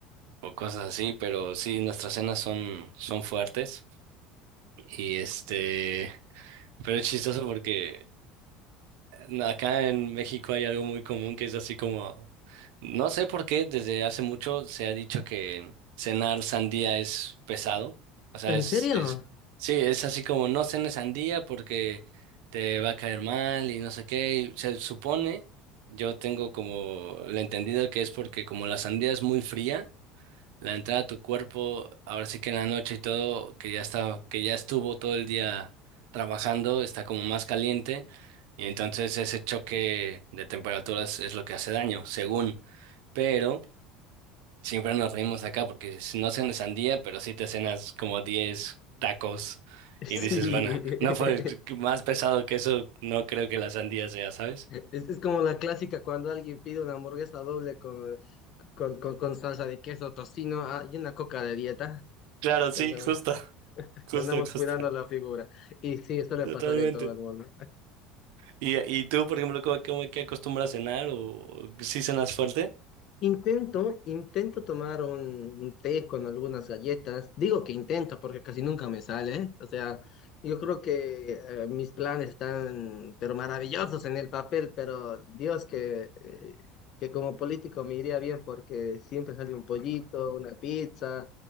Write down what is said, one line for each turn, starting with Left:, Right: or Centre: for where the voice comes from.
Right: o cosas así, pero sí, nuestras cenas son, son fuertes y este... Pero es chistoso porque No, Acá en México hay algo muy común que es así como, no sé por qué, desde hace mucho se ha dicho que cenar sandía es pesado. O sea,
Left: ¿en
Right: es,
Left: serio?
Right: es, sí, es así como no cenes sandía porque te va a caer mal y no sé qué. y se supone, yo tengo como la entendido que es porque como la sandía es muy fría, la entrada a tu cuerpo, ahora sí que en la noche y todo, que ya está, que ya estuvo todo el día trabajando, está como más caliente y entonces ese choque de temperaturas es lo que hace daño, según. Pero siempre nos reímos acá porque si no cenas sandía, pero sí te cenas como 10 tacos
Left: <laughs>
Right: y dices, bueno, no fue
Left: Sí. <laughs>
Right: más pesado que eso, no creo que la sandía sea, ¿sabes?
Left: Es, es como la clásica cuando alguien pide una hamburguesa doble con con, con, con salsa de queso, tocino, ah, y una coca de dieta,
Right: Claro, sí,
Left: que andamos,
Right: justo,
Left: <laughs>
Right: justo,
Left: que andamos cuidando
Right: justo,
Left: la figura. Y sí, suele
Right: totalmente.
Left: pasar en todo el mundo.
Right: ¿Y, y tú, por ejemplo, cómo, cómo- qué acostumbras a cenar o si cenas fuerte?
Left: Intento, intento tomar un, un té con algunas galletas. Digo que intento porque casi nunca me sale. O sea, yo creo que eh, mis planes están, pero maravillosos en el papel, pero Dios que, eh, que como político me iría bien porque siempre sale un pollito, una pizza,